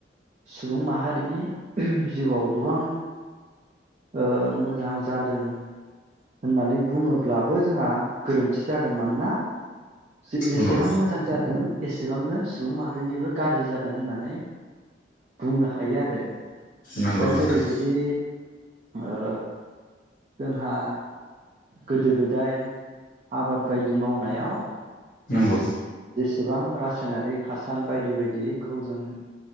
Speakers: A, on the right; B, on the left.
A: सुबुं माहारिनि जिउआव गोबां ओ मोजां जादों होननानै बुङोब्लाबो जोंहा गोरोन्थि जागोन मानोना जे-जेसेबां
B: नंगौ
A: मोजां जादों एसेबांनो सुबुं माहारिनिबो गारजि जादों होननानै बुंनो हायो आरो
B: नंगौ
A: दा
B: नोंथां
A: जेरैबायदि ओ जोंहा गोदो गोदाय आबाद बायदि मावनायाव
B: नंगौ
A: गोबां रासायनारिक हासार बायदि बायदिखौ जों